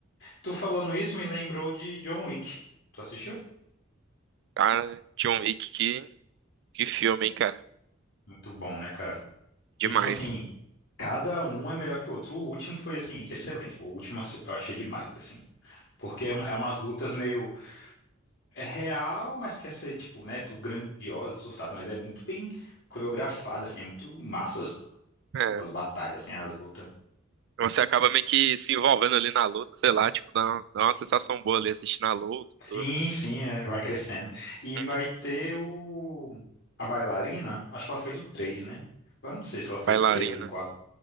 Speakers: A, on the left; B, on the right.
A: Tu falando isso me lembrou de John Wick. Tu assistiu?
B: Cara, John Wick, que, que filme, hein, cara,
A: Muito bom, né, cara?
B: demais.
A: E tipo assim, cada um é melhor que o outro. O último foi assim, excelente. O último eu achei demais, assim. Porque é, um- é umas lutas meio. É real, mas quer ser, tipo, né? Tudo grandiosa surtado, mas é muito bem coreografado, assim, é muito massa as,
B: É,
A: as batalhas, assim, as lutas.
B: você acaba meio que se envolvendo ali na luta, sei lá, tipo, dá uma, dá uma sensação boa ali assistindo a luta, e tudo.
A: Sim, sim, é, vai crescendo. E
B: Uhum.
A: vai ter o. A bailarina, acho que ela foi do 3 né? Agora não sei se ela foi
B: Bailarina.
A: do 3 ou do quatro